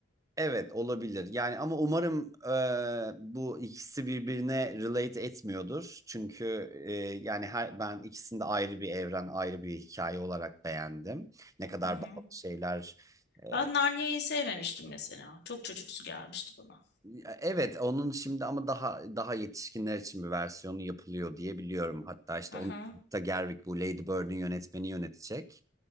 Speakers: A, on the right; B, on the left.
A: Evet olabilir. Yani ama umarım e, bu ikisi birbirine relate etmiyordur. Çünkü e, yani her ben ikisini de ayrı bir evren, ayrı bir hikaye olarak beğendim. Ne kadar
B: Hı hı.
A: bazı şeyler e,
B: Ben Narnia'yı sevmemiştim mesela. Çok çocuksu gelmişti bana.
A: Ya Evet onun şimdi ama daha daha yetişkinler için bir versiyonu yapılıyor diye biliyorum. Hatta işte
B: Hı
A: onu
B: hı,
A: da Gerwig bu Lady Bird'ün yönetmeni yönetecek.